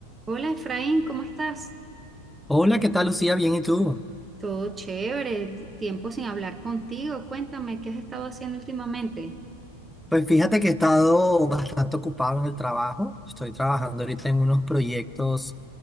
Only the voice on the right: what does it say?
Hola Efraín, ¿cómo estás?
Todo chévere, tiempo sin hablar contigo. Cuéntame, ¿qué has estado haciendo últimamente?